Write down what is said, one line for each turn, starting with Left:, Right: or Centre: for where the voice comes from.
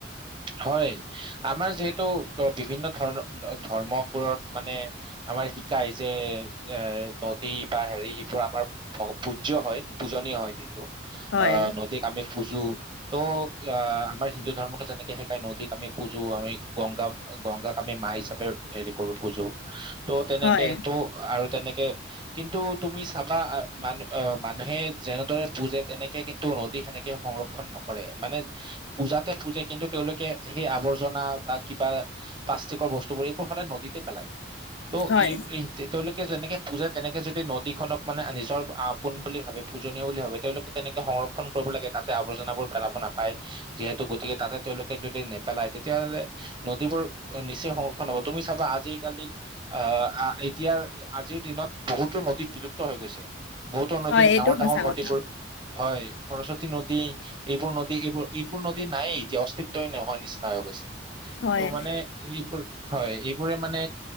Right: হয় আমাৰ যিহেতু বিভিন্ন ধৰ্ম ধৰ্মবোৰত মানে আমাৰ শিকায় যে এ নদী বা হেৰি এইবোৰ আমাৰ পূজ্য হয় পূজনীয় হয় যিহেতু। অ
Left: হয়,
Right: নদীক আমি পুজো। ত' অ আমাৰ হিন্দু ধৰ্মতো যেনেকে নদীক আমি পূজো আমি গংগা গংগাক আমি মা হিচাপে হেৰি কৰো পুজো ত' তেনেকে
Left: হয়,
Right: ত আৰু তেনেকে কিন্তু তুমি চাবা মানু অ মানুহে যেনেদৰে পুজে তেনেকে কিন্তু নদী সেনেকে সংৰক্ষণ নকৰে। মানে পূজাতে পুজে কিন্তু তেঁও কে সেই আৱৰ্জনা বা কিবা প্লাষ্টিকৰ বস্তু বোৰ এইবোৰ সদায় নদীতে পেলায়। ত
Left: হয়,
Right: এই তেওঁলো যেনেকে পুজে তেনেকে যদি নদীখনক মানে নিজৰ আপোন বুলি ভাবে পূজনীয় বুলি ভাবে তেওঁলোকে তেনেকে সংৰক্ষণ কৰিব লাগে। তাতে আৱৰ্জনাবোৰ পেলাব নাপায় পায়। যদি নেপেলায় তেতিয়াহ'লে নদীবোৰ নিচ্চই সংৰক্ষণ হব তুমি চা আজিকালি আহ এতিয়া আজিৰ দিনত বহুতো নদী বিলুপ্ত হৈ গৈছে। বহুতো নদী
Left: হয়,
Right: ডাঙৰ
Left: এইটো
Right: ডাঙৰ
Left: সঁচা
Right: নদীবোৰ
Left: কথা।
Right: হয় সৰস্বতী নদী এইবোৰ নদী এইবোৰ এইবোৰ নদী নাই ইতিয়া অস্তিত্ব ত নোহোৱা নিচিনা হৈ গৈছে।
Left: হয়।
Right: ত' মানে এইবোৰ হয়, এইবোৰে মানে